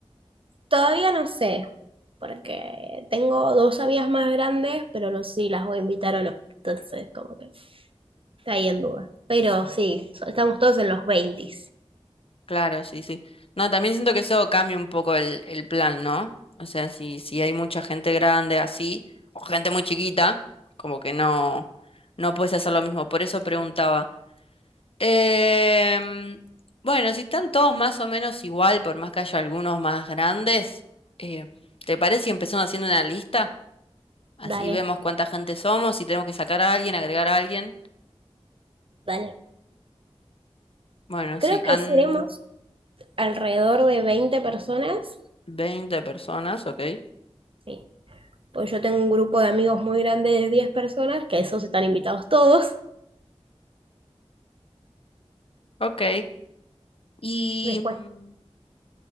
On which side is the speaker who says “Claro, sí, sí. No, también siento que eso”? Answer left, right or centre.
Left